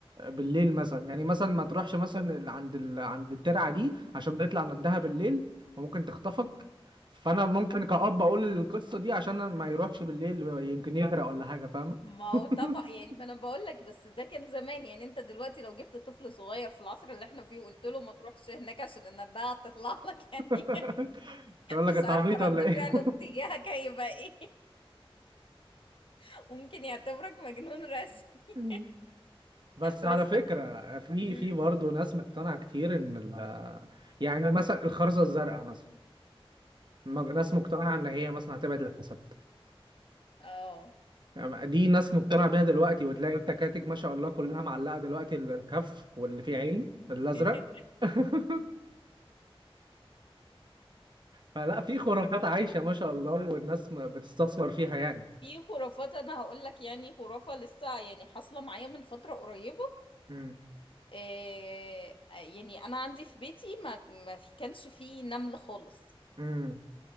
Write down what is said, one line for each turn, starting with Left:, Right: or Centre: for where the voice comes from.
Right: بالليل مثلا يعني مثلا ما تروحش مثلا عند ال... عند الترعه دي عشان بيطلع ندها بالليل وممكن تخطفك فانا ممكن كأب اقول القصه دي عشان ما يروحش بالليل يمكن يغرق ولا حاجه فاهمه
Left: ما هو
Right: <laughs>
Left: طبعا يعني ما انا بقول لك بس ده كان زمان يعني انت دلوقتي لو جبت طفل صغير في العصر اللي احنا فيه وقلت له ما تروحش هناك عشان النداعة تطلع لك <laughs> يعني
Right: <laughs> يقول لك
Left: مش
Right: انت
Left: عارفة
Right: عبيط
Left: رد
Right: ولا ايه
Left: فعله تجاهك هيبقى ايه <laughs> ممكن يعتبرك مجنون رسم <laughs>
Right: <laughs> بس
Left: بس
Right: على فكرة في
Left: امم
Right: في برضه ناس مقتنعة كتير ان ال يعني مثلا الخرزة الزرقاء مثلا م- ناس مقتنعة ان هي مثلا هتبعد الحسد
Left: اه
Right: يعني دي ناس مقتنعة بيها دلوقتي وتلاقي التكاتك ما شاء الله كلها معلقة دلوقتي الكف واللي فيه عين الازرق
Left: <laughs>
Right: <laughs> فلا في خرافات عايشة ما شاء الله والناس م- بتستثمر فيها يعني
Left: في خرافات انا هقول لك يعني خرافة لسه يعني حاصلة معايا من فترة قريبة
Right: امم
Left: آه، يعني انا عندي في بيتي ما ما في كانش فيه نمل خالص
Right: امم